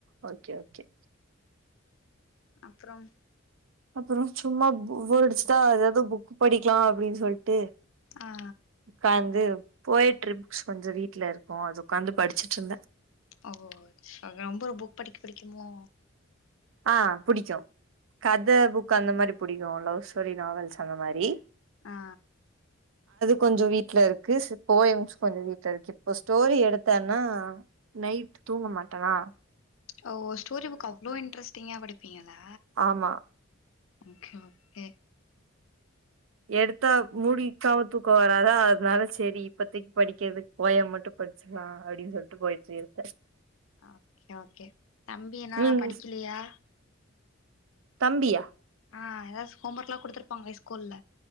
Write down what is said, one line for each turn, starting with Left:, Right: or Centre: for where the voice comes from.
Right: ஓகே ஓகே
Left: அப்றம்
Right: அப்றோ சும்மா போர் அடிச்சுதா எதாவது புக் படிக்லா அப்டின் சொல்ட்டு
Left: ஆ
Right: உக்காந் து போயட்ரி புக்ஸ் கொஞ்ச வீட்ல இருக்கு அது உக்காந்து படிச்சுட்ருந்த
Left: ஓ சே ரொம்ப புக் படிக்க பிடிக்குமோ
Right: ஆ புடிக்கு கத புக் கு அந்த மாரி புடிக்கு லவ் ஸ்டோரி நாவல்ஸ் அந்த மாரி
Left: ஆ
Right: கொஞ்ச வீட்ல இருக்கு ஸ் போயம்ஸ் கொஞ்ச வீட்ல இருக்கு இப்போ ஸ்டோரி எடுத்தேன்னா நைட் தூங்க மாட்டனா
Left: ஓ ஸ்டோரி புக் அவ்ளோ இன்ட்ரெஸ்ட்டிங்கா படிப்பிங்களா
Right: ஆமா
Left: ஓகே ஓகே
Right: எடுத்தா மூடிக்காம தூக்க வராதா அதனால செரி இப்பத்தைக்கு படிக்கிறதுக்கு போயம் மட்டு படிச்சுக்லா அப்டின் சொல்ட்டு போயட்ரி எடுத்த
Left: ஓகே ஓகே தம்பி என்னானா
Right: நீங்
Left: படிக்கிலையா
Right: தம்பியா
Left: ஆ எதாது ஹோம் ஒர்க்லா குடுத்துருப்பாங்ளே ஸ்கூல்ல